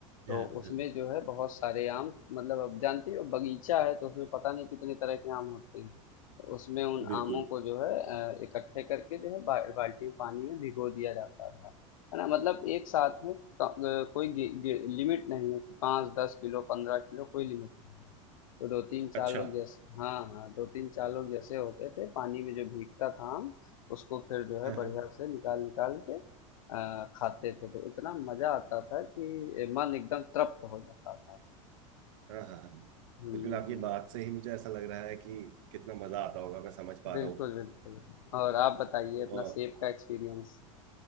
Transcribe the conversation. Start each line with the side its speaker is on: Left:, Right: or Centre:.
Left: तो
Right: हाँ,
Left: उसमें
Right: हाँ,
Left: जो है बहुत सारे आम मतलब अब जानते हो बगीचा है तो उसमें पता नहीं कितने तरह के आम होते हैं तो उसमें उन
Right: बिल्कुल
Left: आमों को जो है अ, इकट्ठे करके जो है बा, बाल्टी में पानी में भिगो दिया जाता था है ना मतलब एक साथ में क- अ, कोई लिमिट नहीं है कि पाँच दस किलो पंद्रह किलो कोई लिमिट नहीं है तो दो तीन चार
Right: अच्छा
Left: लोग जैसे हाँ हाँ दो तीन चार लोग जैसे होते थे पानी में जो भीगता था हम उसको फिर जो है
Right: हाँ
Left: बढ़िया
Right: हाँ
Left: से निकाल निकाल के अ, खाते थे तो इतना मजा आता था कि मन एकदम तृप्त हो जाता था
Right: हाँ हाँ हाँ।
Left: हम्म
Right: बिल्कुल आपकी
Left: हम्म,
Right: बात से ही मुझे ऐसा लग रहा है कि कितना मजा आता होगा मैं समझ पा
Left: बिल्कुल
Right: रहा हूँ
Left: बिल्कुल और आप बताइए
Right: और
Left: अपना सेब का एक्सपीरियंस